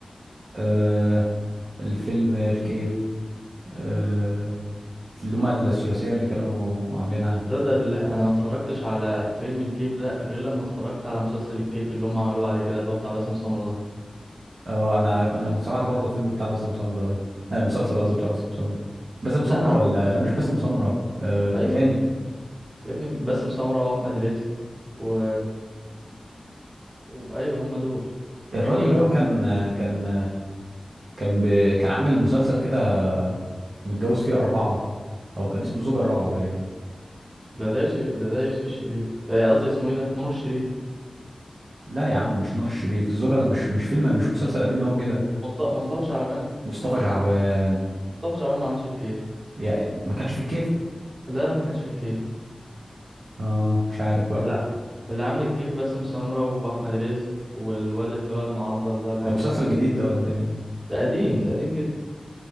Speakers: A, on the right (about 70°); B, on the right (about 35°).
A: آه الفيلم الكيف آه اللي هما الثلاثية اللي كانوا عاملينها
B: تصدق بالله انا ما اتفرجتش على فيلم الكيف ده غير لما اتفرجت على مسلسل الكيف اللي هم عملوه بعد كده اللي هو بتاع باسم سمرة ده
A: اه انا انا كنت سمعت برضه فيلم بتاع باسم سمرة ده آه مسلسل
B: مم.
A: قصدي بتاع باسم سمرة باسم سمرة
B: لا انا
A: ولا
B: بقول
A: لا مش باسم سمرة آه التاني
B: ايوه يا ابني باسم سمرة واحمد رزق و... و... ايوه هم دول
A: الراجل
B: هم دول
A: اللي
B: كانوا
A: هو كان
B: عاملين مسلسل الكيف.
A: كان كان ب... كان عامل مسلسل كده متجوز فيه أربعة أو كان اسمه الزوجة الرابعة باين
B: ده ده يوسف ده ده يوسف الشريف آه، قصدي اسمه ايه ده نور الشريف
A: لا يا عم مش نور الشريف الزوجة مش مش فيلم مش مسلسل قديم أوي كده
B: مصط- مصطفى شعبان
A: مصطفى شعبان
B: مصطفى شعبان ما عملش الكيف
A: يا ما كانش في الكيف
B: لا لا ما كانش في الكيف
A: اه مش عارف بقى
B: لا اللي عامل الكيف باسم سمرة واحمد رزق والواد اللي هو المعضل ده اللي
A: ده
B: انا
A: مسلسل
B: مش عارف اسمه
A: جديد ده ولا ايه
B: ده قديم ده قديم جدا